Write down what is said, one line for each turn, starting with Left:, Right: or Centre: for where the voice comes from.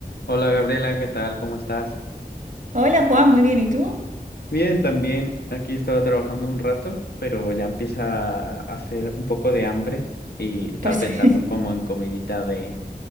Left: Hola Gabriela, ¿qué tal? ¿Cómo estás?
Right: Hola Juan, muy bien, ¿y tú?
Left: Bien, también aquí estaba trabajando un rato, pero ya empieza a hacer un poco de hambre y estaba
Right: Pues
Left: pensando
Right: <laughs>
Left: como en comidita de,